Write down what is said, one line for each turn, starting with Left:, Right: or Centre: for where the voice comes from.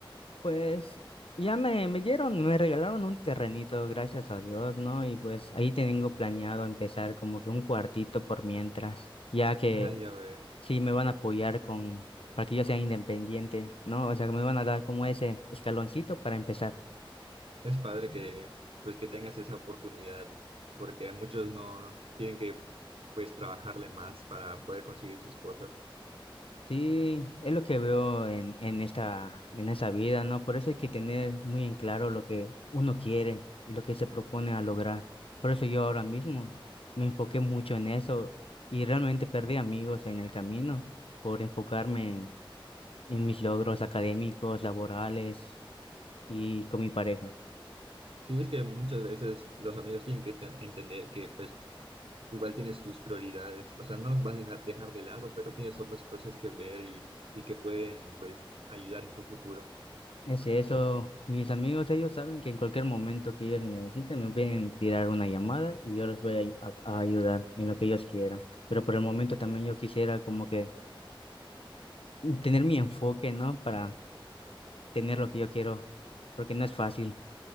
Left: Pues ya me, me dieron, me regalaron un terrenito, gracias a Dios, ¿no? Y pues ahí tengo planeado empezar como que un cuartito por mientras, ya que
Right: Ah, ya veo.
Left: sí me van a apoyar con, para que yo sea independiente, ¿no? O sea, que me van a dar como ese escaloncito para empezar.
Right: Es padre que pues que tengas esa oportunidad, porque muchos no tienen que pues trabajarle más para poder conseguir sus cosas.
Left: Sí, es lo que veo en, en esta, en esta vida, ¿no? Por eso hay que tener muy en claro lo que uno quiere y lo que se propone a lograr. Por eso yo ahora mismo me enfoqué mucho en eso y realmente perdí amigos en el camino por enfocarme en en mis logros académicos, laborales y con mi pareja.
Right: Sí, es que muchas veces los amigos tienen que ten- entender que pues igual tienes tus prioridades, o sea, no los vas a dejar, dejar de lado, pero tienes otras cosas que ver y, y que pueden pues ayudar en tu futuro.
Left: Es eso, mis amigos, ellos saben que en cualquier momento que ellos me necesiten, me pueden tirar una llamada y yo les voy a, a- a ayudar en lo que ellos quieran. Pero por el momento también yo quisiera como que tener mi enfoque, ¿no? Para tener lo que yo quiero, porque no es fácil.